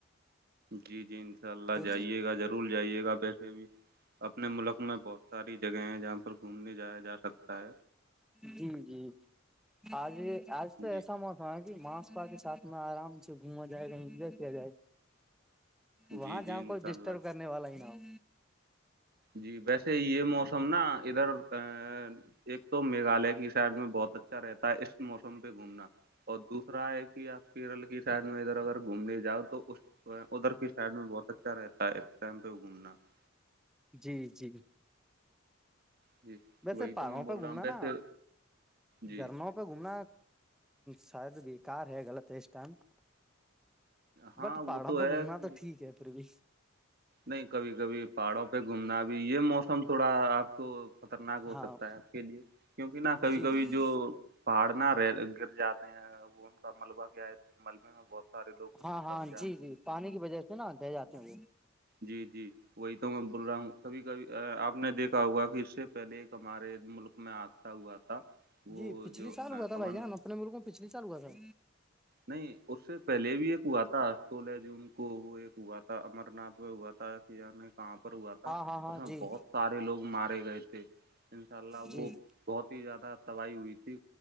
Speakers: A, on the right; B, in the centre.
A: جی جی ان شاء اللہ
B: تو
A: جائیے گا ضرور جائیے گا ویسے بھی اپنے ملک میں پہت ساری جگہ ہیں جہاں پر گھومنے جایا جا سکتا ہے
B: جی جی آج آج
A: جی
B: تو ایساموسم ہ ماس پا کے سھ میں آرام سے گھوما جائے انجوائے کیا جائے <unintelligible> وہاں
A: جی جی
B: جاؤ
A: انشاء
B: کوئی ڈسٹرب
A: اللہ
B: کرنے والا ہی نہ ہو
A: جی ویسے یہ موسم نا ادھر ا ایک تو میگھالیہ کی سائڈ میں بہت اچھا رہتا ہے اس موسم پہ گھومنا اور دوسرا ہے کہ آپ کیرل کی سائڈ میں ادھر اگر گھومنے جاؤ تو اس ادھر کی سائڈ میں بہت اچھا رہتا ہے اس ٹائم پہ گھومنا <unintelligible>
B: جی جی
A: جی
B: ویسے
A: وہی تو
B: پہاڑوں
A: میں بول
B: پہ
A: رہا
B: گھومنا
A: ہوں ویسے
B: نا
A: جی
B: جھرنوں گھومنا شاید بیکار ہے غلط ہے اس ٹائم <unintelligible>
A: ہاں
B: بٹ
A: وہ
B: پہاڑوں
A: تو
B: پہ
A: ہے
B: گونا
A: کہ
B: تو ٹھیک ہے پھر بھی
A: نہیں کبھی کبھی پہاڑوں پہ گھومنا ابھی یہ موسم تھوڑا آپ کو خطرناک ہو
B: ہاں
A: سکتا ہے آپ کے لیے کیونکہ نہا کبھی
B: جی
A: کبھی
B: جی
A: جو پہاڑ نہ رہ گر جاتے ہیں ان کا ملبہ کیا ہے ملبے میں بہت سارے لوگ
B: ہاں ہاں
A: دب جاتے
B: جی جی پانی کی وجہ <unintelligible> نا دے جاتے ہیں ہو <unintelligible>
A: جی جی وہی تو میں بول رہا ہوں کبھی کبھی آپ نے دیکھا ہوگا کہ اس سے پہلے ہمارے ملک میں آادہ ہوا تھا وہ
B: جی پچھلی
A: جو
B: سال
A: ان
B: ہوا تھا بھائی جان اپنے مر کو پچھلی چالوا تھار
A: نہیں اس سے پہلے بھی ایک ہوا تھا سولہ جون کو وہ ایک ہوا تھا امر ناتھ میں ہوا تھا کہ یع کہاں پر ہوا تھا
B: ہاں ہاں
A: اس
B: ہاں
A: میں
B: جی
A: بہت سارے لوگ مارے گئے تھے ان شاء اللہ
B: جی
A: وہ بہت ہی زیادہ تباہی ہوئی تھی